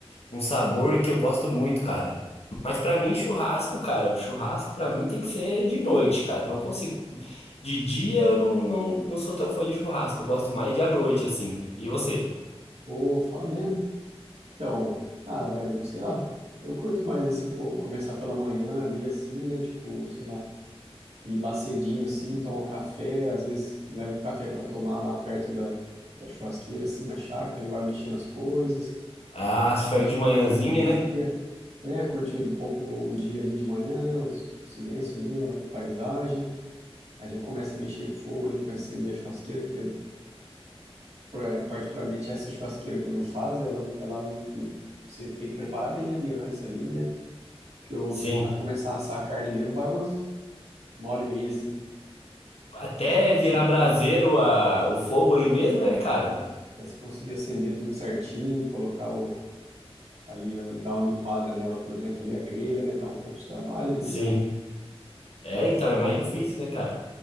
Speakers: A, on the left (about 75°); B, on the right (about 90°).
A: um sabor que eu gosto muito, cara. Mas pra mim, churrasco, cara, churrasco pra mim tem que ser de noite, cara. Eu não consigo. De dia eu não, não, não sou tão fã de churrasco. Eu gosto mais de à noite, assim. E você?
B: Pô, fala mesmo. Então, ah, velho, sei lá, eu curto mais assim, co- começar pela manhã ali, assim, né? Tipo, sei lá, ir lá cedinho assim, tomar um café, às vezes levo o café pra tomar lá perto da, da churrasqueira, assim, na chácara, já vai mexendo as coisas,
A: Ah, se for
B: aí já
A: de manhãzinha,
B: curte o dia,
A: né?
B: é, curte um pouco o dia ali de manhã, né? Os, o silêncio ali, ó, a paisagem, aí já começa a mexer com o fogo, ele começa a acender a churrasqueira, porque pro- é, particularmente essa churrasqueira, quando faz, ela, ela, você tem que preparar bem ali antes, ali, né? Que eu,
A: Sim.
B: pra começar a assar a carne mesmo, vai umas uma hora e meia, assim.
A: Até
B: Até você conseguir,
A: virar braseiro a, o fogo ali mesmo, né, cara?
B: isso, até você conseguir acender tudo certinho, colocar o, ali, ó, dar uma limpada nela por dentro ali, a grelha, né? Dá um pouco de trabalho ali,
A: Sim,
B: sabe?
A: É,
B: Mas,
A: então
B: pô,
A: é mais
B: da hora.
A: difícil, né, cara?